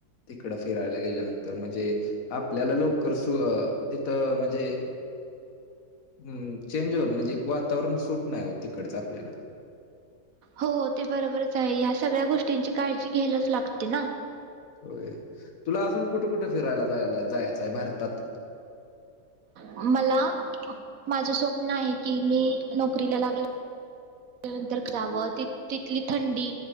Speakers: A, on the left; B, on the right.
A: तिकड फिरायला गेल्यानंतर म्हणजे आपल्याला लवकर सु तिथं म्हणजे हम् चेंज होन म्हणजे वातावरण सूट नाही होत तिकडच आपल्याला
B: हो ते बरोबरच आहे ह्या सगळ्या गोष्टींची काळजी घ्यायलाच लागते ना
A: होय तुला अजून कुठं कुठं फिरायला जायाला जायचंय भारतात
B: मला माझं स्वप्न आहे कि मी नोकरीला लागल्या नंतर जावं, तिथली थंडी